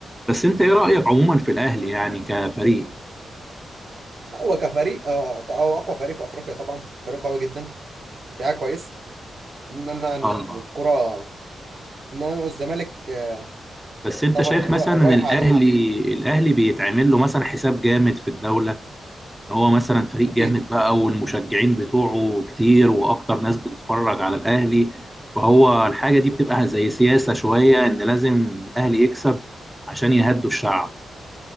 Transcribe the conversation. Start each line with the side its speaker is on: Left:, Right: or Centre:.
Centre: بس انت ايه رايك عموما في الاهلي يعني كفريق
Right: لا، هو كفريق آه، هو اقوى فريق في افريقيا طبعا فريق قوي جدا دفاع كويس ان انا إن
Centre: اه
Right: الكره ان انا الزمالك آه،
Centre: بس
Right: يعتبر
Centre: انت شايف مثلا
Right: را-
Centre: ان
Right: رايح
Centre: الاهلي
Right: عليه
Centre: الاهلي بيتعمل له مثلا حساب جامد في الدوله هو مثلا فريق
Right: اكيد
Centre: جامد بقى والمشجعين بتوعه كتير واكتر ناس بتتفرج على الاهلي فهو الحاجه دي بتبقى زي سياسه شويه ان لازم الاهلي يكسب عشان يهدوا الشعب